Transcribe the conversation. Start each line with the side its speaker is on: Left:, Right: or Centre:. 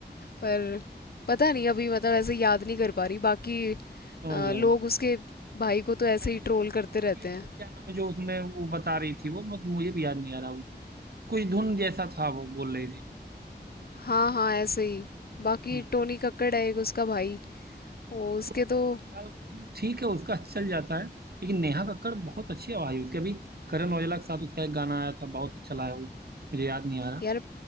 Left: पर पता नहीं अभी मतलब ऐसे याद नहीं कर पा रही बाकी
Right: समझ
Left: अ,
Right: गया
Left: लोग
Right: मैं
Left: उसके भाई को तो ऐसे
Right: मैंने
Left: ही ट्रोल
Right: भी देखी
Left: करते
Right: है वो
Left: रहते
Right: क्लिप
Left: हैं
Right: क्या नाम है जो उसमें वो बता रही थी वो मतलब मुझे भी याद नहीं आ रहा वो कुछ धुन जैसा था वो बोल रही थी
Left: हाँ हाँ ऐसे ही बाकी
Right: हम्म।
Left: टोनी कक्कड़ है एक उसका भाई वो उसके
Right: टोनी
Left: तो
Right: तो फिलहाल ठीक है उसका चल जाता है लेकिन नेहा कक्कड़ बहुत अच्छी आवाज है उसके अभी करण औजला के साथ उसका एक गाना आया था बहुत चला है वो मुझे याद नहीं आ रहा
Left: यार